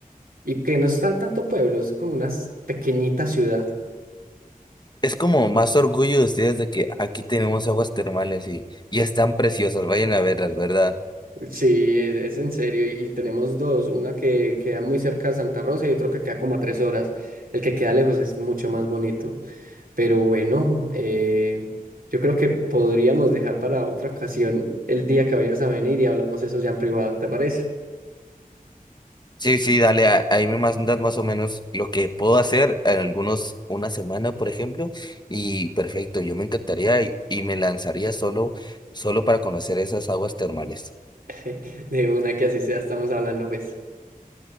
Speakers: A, on the right; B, on the left.
A: y que no está tanto pueblo, es como una pequeñita ciudad.
B: Es como más orgullo de ustedes de que aquí tenemos aguas termales y, y están preciosas, vayan a verlas, ¿verdad?
A: Sí, es, es en serio. Y tenemos dos, una que queda muy cerca de Santa Rosa y otro que queda como a tres horas. El que queda lejos es mucho más bonito. Pero bueno, eh, yo creo que podríamos dejar para otra ocasión el día que vayas a venir y hablamos eso ya en privado, ¿te parece?
B: Sí, sí, dale, a- ahí me mandas más o menos lo que puedo hacer en algunos, una semana, por ejemplo, y perfecto, yo me encantaría y, y me lanzaría solo, solo para conocer esas aguas termales.
A: <laughs> De una que así sea, estamos hablando, pues.